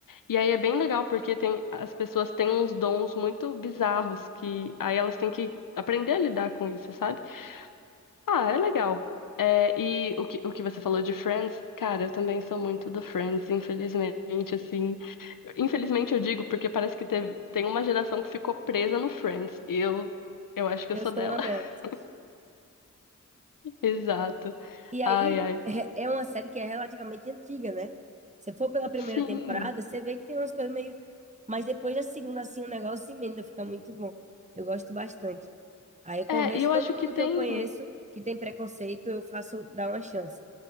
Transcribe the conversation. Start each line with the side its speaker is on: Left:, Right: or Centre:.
Left: E aí é bem legal porque tem, as pessoas têm uns dons muito bizarros que aí elas têm que aprender a lidar com isso, sabe? Ah, é legal. É, e o que, o que você falou de Friends, cara, eu também sou muito do Friends, infelizmente, assim. Infelizmente eu digo porque parece que teve, tem uma geração que ficou presa no Friends. E eu, eu acho que eu
Right: Eu
Left: sou
Right: sou
Left: dela.
Right: uma delas.
Left: <laughs> Exato.
Right: E aí
Left: Ai, ai.
Right: é é uma série que é relativamente antiga, né? Se for pela primeira
Left: Sim.
Right: temporada, você vê que tem umas coisas meio. Mas depois da segunda, assim, o negócio emenda, fica muito bom. Eu gosto bastante. Aí eu convenço
Left: É, e eu
Right: todo
Left: acho
Right: mundo
Left: que tem.
Right: que eu conheço que tem preconceito, eu faço dar uma chance.